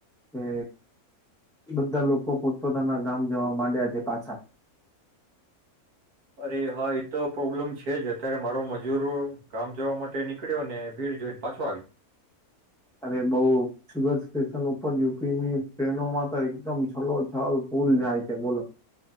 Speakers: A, in the centre; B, on the right (about 80°).
A: કે બધા લોકો પોતપોતાના ગામ જવા માંડ્યા છે પાછા.
B: અરે હા એતો પ્રોબ્લેમ છે જ અત્યારે મારો મજૂરો ગામ જવા માટે નીકળ્યો ને ભીડ જોઈને પાછ.
A: અરે બઉ સુુભ. સ્ટેશન ઉપર યુપીની ટ્રેનોમાં તો એકદમ છલો છલ ફૂલ જાય છે બોલો.